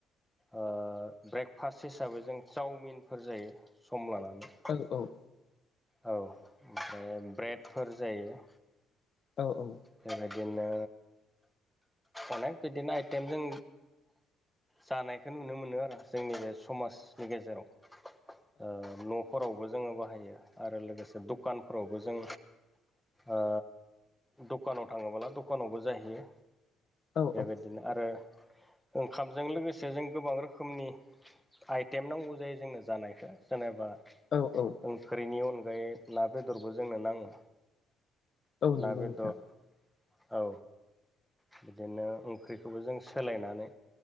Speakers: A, in the centre; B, on the left.
A: ओ ब्रेकफास्ट हिसाबै जों चावमिनफोर जायो सम लानानै
B: औ औ
A: औ ओ ब्रेडफोर जायो
B: औ औ
A: बेबायदिनो अनेक बिदिनो आइटेम जों जानायखौ नुनो मोनो आरो जोंनि बे समाजनि गेजेराव ओ न' फोरावबो जोङो बाहायो आरो लोगोसे दखानफोरावबो जों ओ दखानाव थाङोबला दखानावबो जाहैयो
B: औ
A: बेबायदिनो आरो ओंखामजों लोगोसे जों गोबां रोखोमनि आइटेम नांगौ जायो जोंनो जानायखौ जेनेबा
B: औ औ
A: ओंख्रिनि अनगायै ना बेदरबो जोंनो नाङा।
B: औ नंगौ
A: ना बेदर
B: नोंथां
A: औ बिदिनो ओंख्रिखौबो जों सोलायनानै